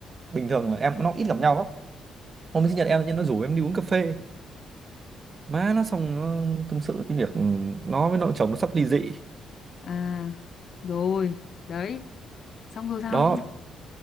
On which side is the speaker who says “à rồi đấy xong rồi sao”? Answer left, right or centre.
Left